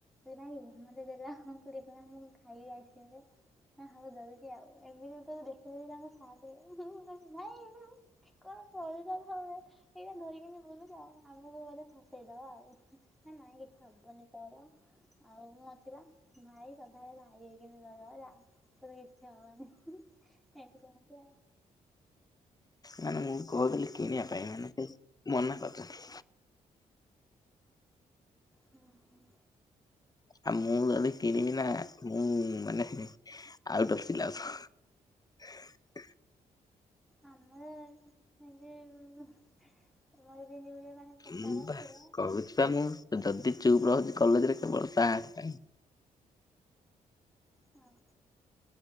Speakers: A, in the centre; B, on the left.
A: ଏ ଭାଇ ମୋତେ ଦେଲା କୋଡ଼ିଏ ଟଙ୍କା ମୁଁ ଖାଇବି ଆଇସକ୍ରିମଟା। ହ ହଉ ଦଉଛି ଆଉ ଏମିତି ତ ଦେଖିଦେବ ତାଙ୍କ ସା <inaudible> ଭାଇ। କଣ କରିଥାନ୍ତୁ ଆମେ ଏଇଟା ଧରିକିନି ବୁଲୁଛ ଆଉ ଆମକୁ ବୋଧେ ଫସେଇଦବ ଆଉ। ହ ନାଇଁ କିଛି ହବନି ତୋର ଆଉ ମୁଁ ଅଛି ଭାଇ ସଧାବେଳେ ଭାଇ ହେଇକିନି ରହିବ ହେଲା। ତୋର କିଛି ହବନି ଏନ୍ତି କହିଲା।
B: ମାନେ ମୁଁ କହୁଥିଲି କିଣିବା ପାଇଁ ମାନେ ସେ ମନା କରଛନ୍ତି।
A: ହଁ ହଁ।
B: ଆଉ ମୁଁ ଯଦି କିଣିବିନା ମୁଁ ମାନେ ଆଉଟ ଅଫ ସିଲାବସ। <inaudible>
A: ଆମର ସେମତି ମର ପିନ୍ଧିବ ମାନେ ପ୍ରସ୍ତାବ
B: ମୁଁ
A: ଆସିଥିଲା
B: ବା କହୁଛି ବା ମୁଁ ଯଦି ଚୁପ୍ ରହୁଛି କଲେଜରେ କେବଳ ତାରି ପାଇଁ।
A: ହଁ।